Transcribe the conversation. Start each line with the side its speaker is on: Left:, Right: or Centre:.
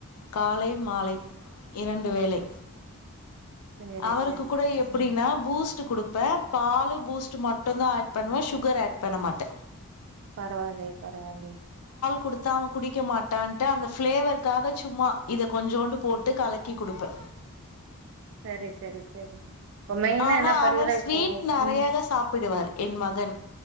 Left: காலை மாலை இரண்டு வேளை
Right: சேரி
Left: அவருக்கு
Right: சேரி
Left: கூட எப்ரினா
Right: ம்
Left: பூஸ்ட்டு குடுக் ப பால்லு பூஸ்ட்டு மட்டூ தா பண்ணுவே சுகர் ஆட் பண்ண மாட்டே
Right: பரவாலே பரவாலே
Left: குடுத்தாம குடிக்க மாட்டான்ட்டு அந்த ஃபிளேவர்கக்காக சும்மா இது கொஞ்சோண்டு போட்டு கலக்கி குடுப்பே
Right: சரி சரி சரி இப்ப மெயினா
Left: ஆனா
Right: என்ன பாத்தீங்கன்னா
Left: அவர் ஸ்வீட்
Right: இப்போ
Left: நெறையாதா
Right: ம்
Left: சாப்பிடுவாரு மகன்